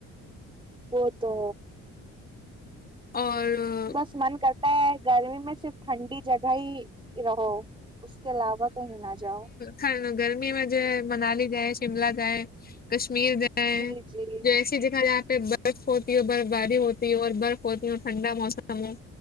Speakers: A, on the right; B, on the left.
A: وہ تو
B: اور
A: ہے بس من کرتا ہے گرمی میں صرف ٹھنڈی جگہ ہی رہو اس کے علاوہ کہیں نہ جاؤ
B: ہا گرمی میں جائے منالی جائے شملہ جائے کشمیر جائے
A: جی
B: <unintelligible>
A: جی
B: جو ایسے دیکھا جائےاں پہ برف ہوتی ہے برف باری ہوتی ہے اور برف ہوتی ہے ٹھنڈا موسم